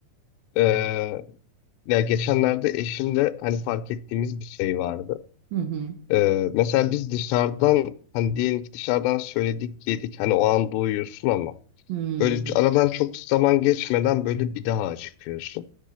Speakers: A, on the left; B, on the right.
A: Eee, ya geçenlerde eşimle hani fark ettiğimiz bir şey vardı.
B: Hı hı.
A: Eee, mesela biz dışarıdan hani diyelim ki dışarıdan söyledik yedik hani o an doyuyorsun ama
B: Hı.
A: Böyle aradan çok zaman geçmeden böyle bir daha acıkıyorsun.